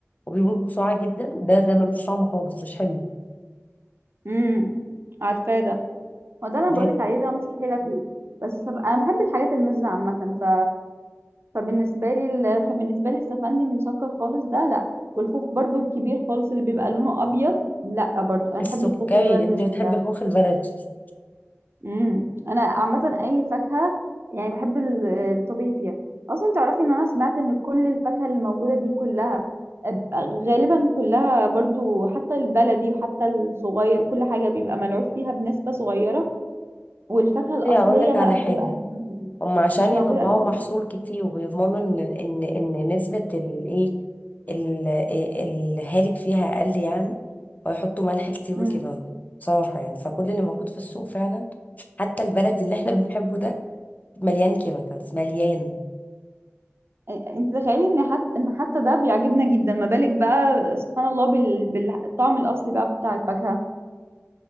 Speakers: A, on the left (about 35°); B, on the right (about 55°).
A: وبيبوظ بسرعه جدا ده ده ملوش طعم خالص مش حلو
B: امم عارفاه ده هو ده اللي
A: طيب
B: انا بقولك عليه ده مستحيل اكله بس السف... انا بحب الحاجات المزه عامه ف... فبالنسبه لي ال... فبالنسبه لي السفندي المسكر خالص ده لا والخوخ برضو الكبير خالص اللي بيبقى لونه ابيض لا برضو انا
A: السكري
B: بحب الخوخ اللي هو المزز
A: انت بتحبي
B: ده
A: الخوخ البلدي
B: امم انا عامه اي فاكهه يعني بحب ال- الطبيعي فيها اصلا تعرفي ان انا سمعت ان كل الفاكهه اللي موجوده دي كلها أب- غالبا كلها برضو حتى البلدي وحتى الصغير كل حاجه بيبقى ملعوب فيها بنسبه صغيره والفاكهه
A: بصي
B: الاصليه
A: هقول لك
B: بقى
A: على حاجه
B: بتبقى
A: هم عشان
B: مش
A: يطلعوا
B: موجوده قد كده.
A: محصول كتير ويضمنوا ان ان ان نسبة الايه ال- الهالك فيها اقل يعني ويحطوا ملح كتير وكيماوي
B: امم
A: بصراحة يعني فكل اللي موجود في السوق فعلا حتى البلد اللي احنا بنحبه ده مليان كيميكالز مليان
B: انت تخيلي ان حتى ان حتى ده بيعجبنا جدا ما بالك بقى سبحان الله بال... بالطعم الاصلي بقى بتاع الفاكهه